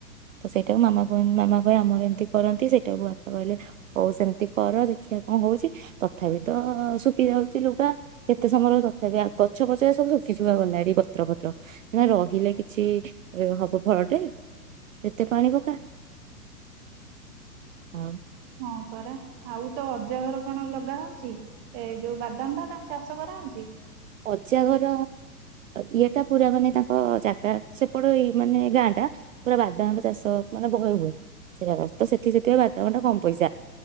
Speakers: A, on the right (about 55°); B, on the right (about 30°).
A: ତ ସେଇଟାକୁ ମାମା କୁଏ ମାମା କଏ ଆମର ଏମିତି କରନ୍ତି ସେଇଟାକୁ କଇଲେ ହଉ ସେମିତି କର ଦେଖିବା କଣ ହଉଚି ତଥାପି ତ ଶୁକି ଯାଉଚି ଲୁଗା କେତେ ସମୟ ର ତଥାପି ଗଛ ପଛ ରା ସବୁ ଶୁଖି ଶୁଖା ଗଲାଣି ପତ୍ର ଫତ୍ର ନା ରହିଲେ କିଛି ହବ ଫଳଟେ ଯେତେ ପାଣି ପକା। ହଁ।
B: ହଁ ପରା ଆଉ ତ ଅଜାଘର କଣ ଲଗା ହଉଚି ଏ ଯୋଉ ବାଦାମ ଫାଦାମ ଚାଷ କରାହଉଚି।
A: ଅଜା ଘର ଇଏ ଟା ପୁରା ମାନେ ତାଙ୍କ ଜାଗା ସେପଟ ଇ ମାନେ ଗାଁ ଟା ପୁରା ବାଦାମ ଚାଷ ମାନେ ବହେ ହୁଏ ସେ ଜାଗା ତ ସେଠି ସେଥିପାଇଁ ବାଦାମ ଟା କମ ପଇସା